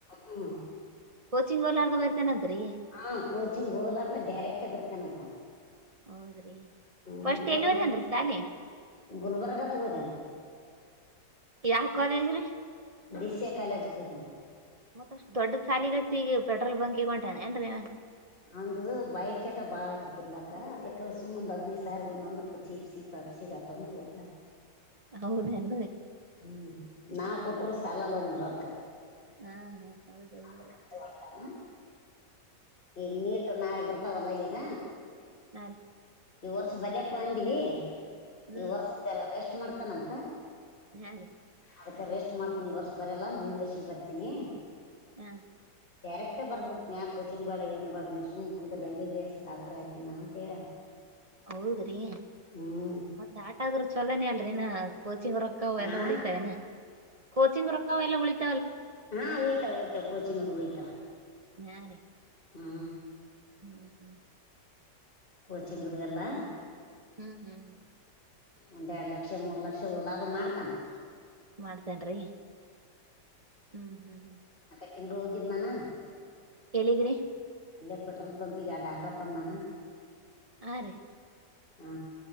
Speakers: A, on the left (about 30°); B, on the right (about 45°).
A: ಹ್ಮ್
B: ಕೋಚಿಂಗ್ ಹೋಲಾರ್ದ ಬರಿತಾನಂತ್ರಿ
A: ಹಾ ಕೋಚಿಂಗ್ ಹೋಲಾರ್ದ ಡೈರೆಕ್ಟ ಬರ್ತೇನಂತ
B: ಹೌದ್ರಿ
A: ಹ್ಮ್
B: ಫಸ್ಟ್ ಎಲ್ಲಿವದನ್
A: ಒಂದು
B: ಸಾಲಿ
A: ಗುಲ್ಬರ್ಗದಾಗ ಹೋದ್ಯಾನ
B: ಯಾವ ಕಾಲೇಜ್ರೀ
A: ದಿಸ್ಯ ಕಾಲೇಜ್ ಕೂುದನ
B: ಮತ್ತಷ್ಟು ದೊಡ್ಡಡ್ ಸಾಲಿಗಚ್ಚಿ ಈಗ ಪೆಟ್ರೋಲ್ ಬಂಕ್ ಈಗ ಹೊಂಟಾನ ಏನ್ರೀ
A: ಅವಂದು ಬಾಯ ಚಟ ಬಾಳ ಆಗತ್ತತಿರ್ಲಾಕ್ಕ ಅದಕ್ಕ ಸುಮೊ್ ಹದಿನೈದು ಸಾವಿರ ಬಂದಂದ ಖರ್ಚು ತಪ್ ಸಿಖಾತ ಹ ತೋಡ್ಡ <unintelligible>
B: ಹೌದೇನು
A: ಹ್ಮ್ ನಾವ್ ಕೊಟರು ಸಾಲಲ್ಲ ನೀವ್ ರೊಕ್ಕ
B: ಹಾ ಹಾ ಹೌದೌದೌದು
A: ಅದಕ್ಕಂತ ಹೊಂಟಾನ ಈಗ ನೀಟ್ ನಾಳೆ ಬರ್ತಾವಲ್ಲ ಈಗ
B: ಹಾ ರೀ
A: ಈ ವರ್ಷ ಬರ್ಯಪ್ಪ ಅಂಡಗಿ
B: ಹ್ಮ್
A: ಈ ವರ್ಷದ ಜರ ರೆಸ್ಟ್ ಮಾಡ್ತಾನಂತ
B: ಹಾ ರೀ
A: ಅದಕ್ಕೆ ರೆಸ್ಟ್ ಮಾಡ್ತೀನಿ ವರ್ಷ ಬರಲ್ಲ ಮುಂದಿನ ವರ್ಷ ಬರ್ತೀನಿ
B: ಹಾ
A: ಡೈರೆಕ್ಟ ಬರ್ಬಿಡ್ತನ ಯಾ ಕೋಚಿಂಗ್ ಬಡ ಏನು ಬಡ ನೀ ಸುಮ್ ಕುಂದ್ರಿ ಎ ಬಿ ಎಸ್ ಡಾಕ್ಟರ್ ಆಯ್ತೇನು ಅಂತ ಹೇಳ
B: ಹೌದ್ರಿ
A: ಹ್ಞೂ
B: ಮತ್ತ ಆಟ ಆದ್ರ ಚಲೋನೇ ಅಲ್ರಿೀನಾ ಕೋಚಿಂಗ್ ರೊಕ್ಕ
A: ಹಾಂ
B: ಎಲ್ಲ ಉಳಿತಾವನೆ ಕೋಚಿಂಗ್ ರೊಕ್ಕ ಎಲ್ಲ ಉಳಿತ
A: ಹಾ ಉಳಿತಾ ಉಳಿತ ಕಚಿಂಗ ಉಳಿತಾ
B: ಹಾ ರೀ
A: ಹಾ
B: <inaudible>
A: ಕೋಚಿಂಗ್ ದು ಅದೆಲ್ಲ
B: ಹ್ಮ್ ಹ್ಮ್
A: ಒಂದ್ ಎರಡು ಲಕ್ಷ ಮೂರ್ ಲಕ್ಷ ಲಾಭ ಮಾಡ್ತಾನ
B: ಮಾಡ್ತೇನ್ರೀ ಹ್ಮ್ ಹ್ಮ್ ಹ್ಮ್
A: ತಿಂಗಂಗಳು ಹೋಗಿದ್ ಮಾನ
B: ಎಲ್ಲಿಗೆ ರೀ
A: ಅಲ್ಲೇ ಪೆಟ್ರೋಲ್ ಬಂಕ್ ಗೆ ತಂದಾನ
B: ಹಾ ರೀ
A: ಹಾ